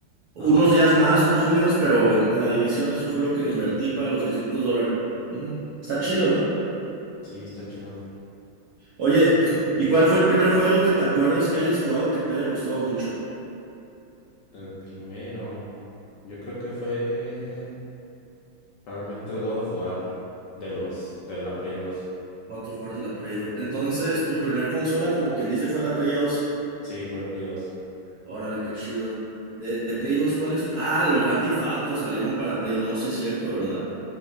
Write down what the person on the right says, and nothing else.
unos
días más, otros menos, pero en, en la división eso fue lo que le invertí para los 600 dólares. Ujú. Está chido, ¿no?
Oye, ¿y cuál fue el primer juego que te acuerdes que hayas jugado que te haya gustado mucho?
God of War, la Play dos Entonces, tu primer consola, como quien dice, fue la Play dos
Órale, qué chido. De, de
Play dos ¿cuál es? Ah, los Grand Theft Auto salieron para Play dos sí es cierto, ¿verdad?